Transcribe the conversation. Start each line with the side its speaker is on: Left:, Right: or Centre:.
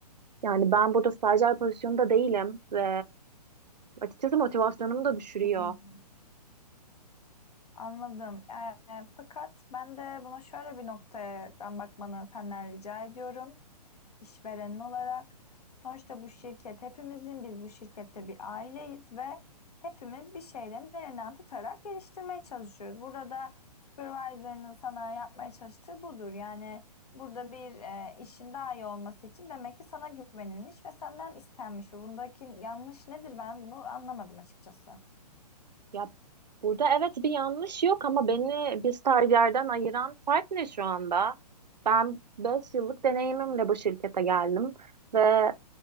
Right: yani ben burada stajyer pozisyonunda değilim ve açıkçası motivasyonumu da düşürüyor.
Left: Hmm. Anladım. Ee, fakat ben de buna şöyle bir noktadan bakmanı senden rica ediyorum. işverenin olarak. Sonuçta bu şirket hepimizin, biz bu şirkette bir aileyiz ve hepimiz bir şeylerin elinden tutarak geliştirmeye çalışıyoruz. Burada da supervisor'ının sana yapmaya çalıştığı budur. Yani burada bir e, işin daha iyi olması için demek ki sana güvenilmiş ve senden istenmiş. Ve Bundaki yanlış nedir ben bunu anlamadım açıkçası.
Right: Ya burada evet bir yanlış yok ama beni bir stajyerden ayıran fark ne şu anda? Ben 5 yıllık deneyimimle bu şirkete geldim ve